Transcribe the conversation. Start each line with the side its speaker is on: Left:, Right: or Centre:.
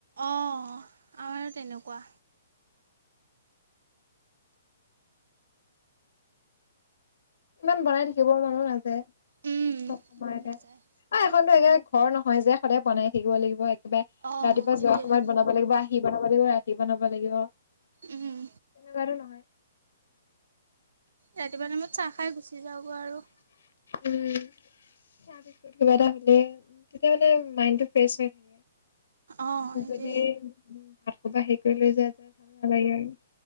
Right: অ আমাৰো তেনেকোৱা
Left: ইমান বনাই থাকিব মনো নাযায়
Right: উম
Left: চব সময়তে
Right: মন নাযায়
Left: আহ এখনতো এ ঘৰ নহয় যে সদায় বনাই থাকিব লাগিব একেবাৰে
Right: অঁ
Left: ৰাতিপুৱা
Right: সেইটোৱে
Left: যোৱা সময়ত বনাব লাগিব আহি বনাব লাগিব ৰাতি বনাব লাগিব
Right: উম,
Left: তেনেকুৱাটো নহয়।
Right: ৰাতিপুৱা টাইমত চাহ খাই গুচি যাওগৈ আৰু।
Left: উম' ইয়া বিষয়ত কিবা এটা সুধিলে তেতিয়া মানে মাইন্ডটো মানে ফ্ৰেষ্ট হয় থাকে।
Right: অ', সেইটোৱে।
Left: যদি উম ভাত খোৱা পা হেই কৰি লৈ যায় যে ভাল নালাগে আৰু।